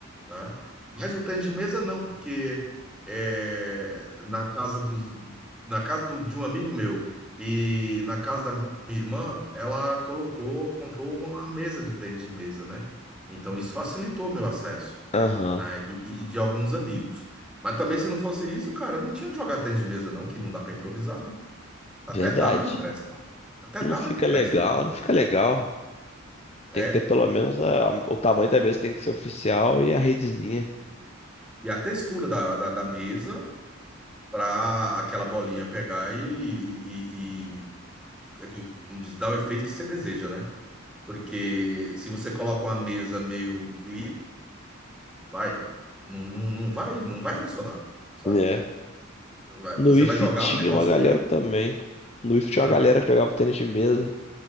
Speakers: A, in the centre; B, on the left.
A: né? Mas o tênis de mesa não, porque é, na casa dos, na casa do- de um amigo meu e na casa da minha irmã, ela colocou, comprou uma, uma mesa de tênis de mesa, né? Então, isso facilitou meu acesso,
B: Aham.
A: né? E, e e de alguns amigos. Mas também, se não fosse isso, cara, não tinha de jogar tênis de mesa, não, que não dá para improvisar, né? Até
B: Verdade.
A: dá, mas não presta. Até
B: Não
A: dá,
B: fica
A: mas não presta,
B: legal,
A: né?
B: não fica legal.
A: É.
B: Tem que ter pelo menos a- o tamanho da mesa tem que ser oficial e a redezinha.
A: E a textura da, da, da mesa para aquela bolinha pegar e, e, e- e- é como diz, dá o efeito que você deseja, né? Porque se você coloca uma mesa meio livre, vai, não, não, não vai, não vai funcionar, sabe?
B: né?
A: Vai- você
B: No IF
A: vai jogar
B: tinha
A: um negócio
B: uma galera
A: meio.
B: também. No IF tinha
A: Ah.
B: uma galera que jogava tênis de mesa.